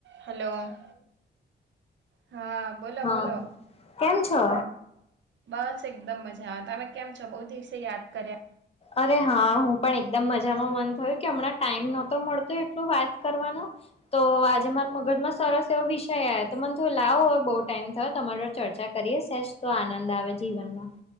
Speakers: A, on the right; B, on the left.
A: Hello, હા. બોલો
B: હા
A: બોલો
B: હંમ, કેમ છો?
A: બસ એકદમ મજા આ તમે કેમ છો? બહુ દિવસે યાદ કર્યા.
B: અરે હા હું પણ એકદમ મજામાં મન થયું કે હમણાં ટાઈમ નહી મળતો એટલો વાત કરવાનો. તો આજે મારી મગજમાં સરસ એવો વિષય આવ્યો તો મન થયું લાવો હોય બહુ ટાઈમ થયો તમાર ચર્ચા કરીએ છે જ તો આનંદ આવે જીવનમાં.